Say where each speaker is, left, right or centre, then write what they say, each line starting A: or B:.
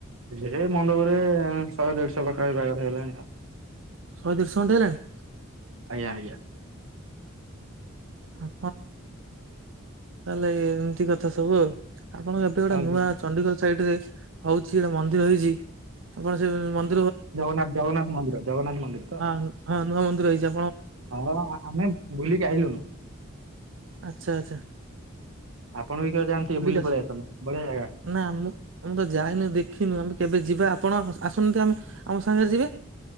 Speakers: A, on the right; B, on the right.
A: ହେଇ ମଣ୍ଡପରେ ଶହେ ଦେଢଶହ ପାଖା ପାଖି ବାହାଘର ହେଲାଣି ଆଉ।
B: ଶହେ ଦେଢ଼ଶହ ଖଣ୍ଡେ ହେଲାଣି?
A: ଆଜ୍ଞା ଆଜ୍ଞା।
B: ହଁ, ତାହେଲେ ଏମିତି କଥା ସବୁ ଆଉ। ଆପଣ ଏବେ ଗୋଟେ
A: ଆଜ୍ଞା।
B: ନୂଆ ଚଣ୍ଡିଖୋଲ ସାଇଡ ରେ ହଉଛି ମନ୍ଦିର ହେଇଛି ଆପଣ ସେ ମନ୍ଦି
A: ଜଗନ୍ନାଥ ଜଗନ୍ନାଥ ମନ୍ଦିର ଜଗନ୍ନାଥ ମନ୍ଦିର ତ।
B: ହଁ ହଁ ନୂଆ ମନ୍ଦିର ହେଇଚି
A: ହଁ, ବା ଆମେ ବୁଲିକି ଆଇଲୁଣୁ।
B: ଆଛା ଆଛା।
A: ଆପଣ ବି କେବେ ଯାନ୍ତୁ ଟିକେ ବୁଲି
B: ଆସି
A: ପଳେଇଆସନ୍ତୁ ବଢିଆ ଜାଗା।
B: ନା ମୁ ମୁଁ ତ ଯାଇନୁ ଦେଖିନୁ ଆମେ କେବେ ଯିବା ଆପଣ ଆସୁନାହାନ୍ତି ଆମେ ଆମ ସାଙ୍ଗରେ ଯିବେ।